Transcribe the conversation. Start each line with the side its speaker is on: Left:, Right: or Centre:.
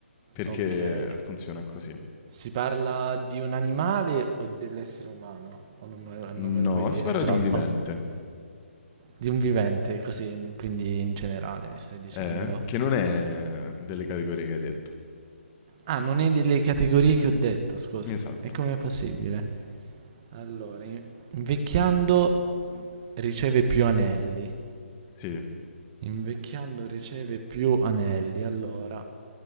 Left: Perché
Right: Ok.
Left: funziona così.
Right: Si parla di un animale o dell'essere umano? O non me, non
Left: No,
Right: me lo puoi dire,
Left: si parla
Right: è troppo.
Left: di un vivente,
Right: Di un vivente, così, quindi in generale mi stai dicendo.
Left: eh, che non è delle categorie che hai detto.
Right: Ah, non è delle categorie che ho detto, scusa.
Left: Esatto.
Right: E com'è possibile? Allora, in- invecchiando riceve più anelli.
Left: Sì,
Right: Invecchiando riceve più anelli. Allora,